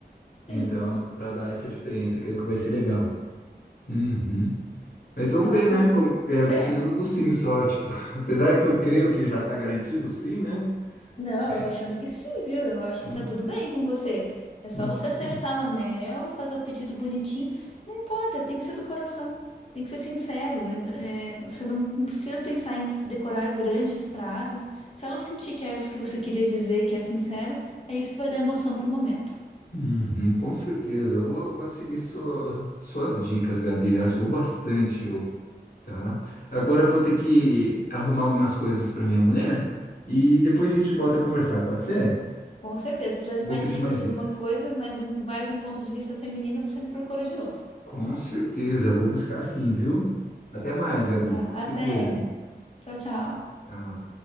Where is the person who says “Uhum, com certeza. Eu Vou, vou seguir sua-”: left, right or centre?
Left